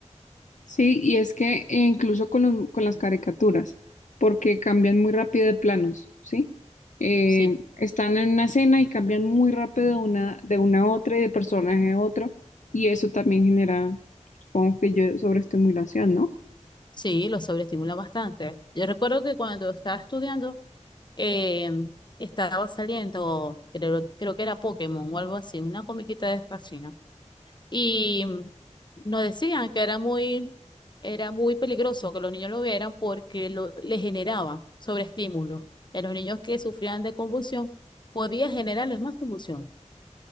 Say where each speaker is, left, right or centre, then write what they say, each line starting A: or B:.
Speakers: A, on the left; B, on the left.
A: Sí, y es que eh, incluso con, los- con las caricaturas, porque cambian muy rápido de planos, ¿sí? Eh,
B: Sí,
A: están en una escena y cambian muy rápido de una, de una a otra y de personaje a otro, y eso también genera, supongo que yo, sobreestimulación, ¿no?
B: sí, lo sobreestimula bastante. Yo recuerdo que cuando estaba estudiando, eh, estaba saliendo, creo, creo que era Pokémon o algo así, una comiquita de esta china. y nos decían que era muy, era muy peligroso que los niños lo vieran porque lo, le generaba sobreestímulo. En los niños que sufrían de convulsión, podía generarles más convulsión.